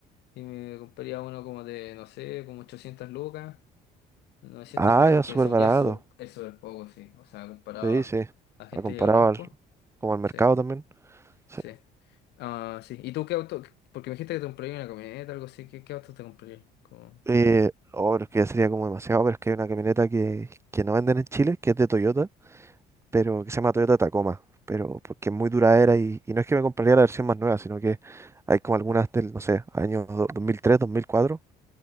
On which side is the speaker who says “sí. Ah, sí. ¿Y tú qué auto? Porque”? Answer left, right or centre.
Left